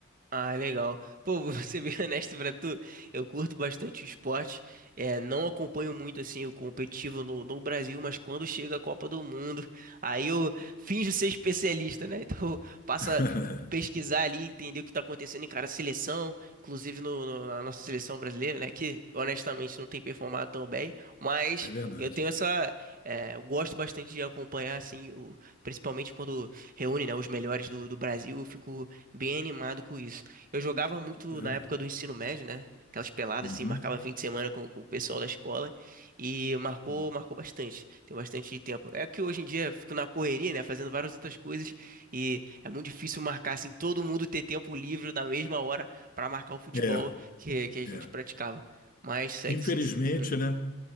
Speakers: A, on the right; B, on the left.
A: Ah, legal. Pô, <laughs> vou ser bem honesto pra tu, eu curto bastante o esporte, é, não acompanho muito assim o competitivo no, no Brasil, mas quando chega a Copa do Mundo, aí eu finjo ser especialista, né? <laughs> Então passa
B: <laughs>
A: a pesquisar ali, entender o que tá acontecendo em cada seleção, inclusive no, no- na nossa seleção brasileira, né? Que honestamente não tem performado tão bem, mas
B: É verdade,
A: eu tenho essa, é, eu gosto bastante de acompanhar assim, o- principalmente quando reúne, né, os melhores do, do Brasil, eu fico bem animado com isso. Eu jogava muito
B: é verdade.
A: na época do ensino médio, né? Aquelas peladas
B: Uhum.
A: assim, marcava fim de semana com, com o pessoal da escola e marcou,
B: uhum.
A: marcou bastante. Tem bastante tempo. É que hoje em dia eu fico na correria, né, fazendo várias outras coisas e é muito difícil marcar assim todo mundo ter tempo livre na mesma hora pra marcar o futebol
B: É,
A: que, que a gente
B: é.
A: praticava. Mas segue
B: Infelizmente,
A: sim. hum.
B: né?